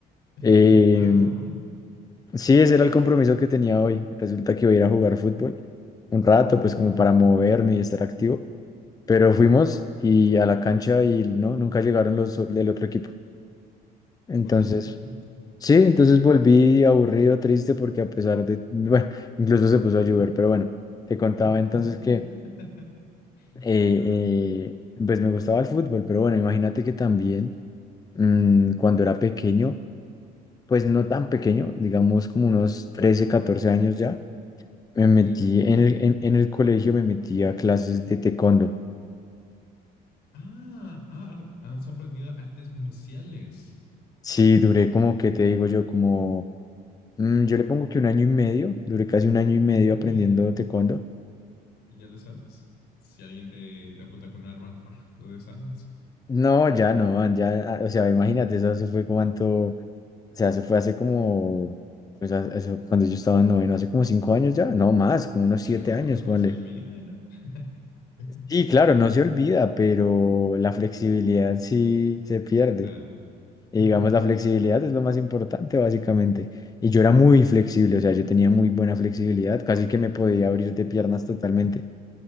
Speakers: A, on the left; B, on the left.
A: <laughs>
B: Eh,
A: Ah, ho- hoy.
B: sí, ese era el compromiso que tenía hoy. Resulta que iba a ir a jugar fútbol un rato,
A: Mm,
B: pues como para moverme y estar activo. Pero fuimos y a la cancha y no, nunca llegaron los o- del otro equipo. Entonces,
A: ¿volviste? <laughs>
B: sí, entonces
A: ¿Y yo?
B: volví aburrido, triste, porque a pesar de, bueno, incluso se puso a llover, pero bueno, te contaba entonces
A: <laughs>
B: que eh,
A: Ah,
B: eh, pues me gustaba el fútbol, pero bueno, imagínate que también mm, cuando era pequeño, pues no tan pequeño, digamos como unos 13 14 años ya, me metí
A: Sí, te entiendo.
B: en el, en, en el colegio, me metí a clases de taekwondo.
A: Ah, ah, ar- has aprendido artes marciales.
B: Sí, duré como, que te digo yo? Como, mm, yo le pongo que un año y medio, duré casi un año y medio
A: Uy,
B: aprendiendo taekwondo.
A: ¿y ya le sabes? Si alguien te, te apunta con un arma, <laughs> ¡fua! lo desarmas.
B: No, ya no, man, ya, ah, o sea, imagínate, eso se fue cuánto, o sea, se fue hace como, pues, a- eso, cuando yo estaba en noveno, hace como cinco años ya, no más, como unos
A: Pero
B: siete años,
A: no
B: ponle.
A: se olvida, ¿no? <laughs>
B: Y claro, no se olvida, pero la flexibilidad sí se pierde.
A: Claro.
B: Y
A: <laughs>
B: digamos, la flexibilidad es lo más importante, básicamente. Y yo era muy flexible, o sea, yo tenía muy buena flexibilidad, casi que me podía abrir de piernas totalmente.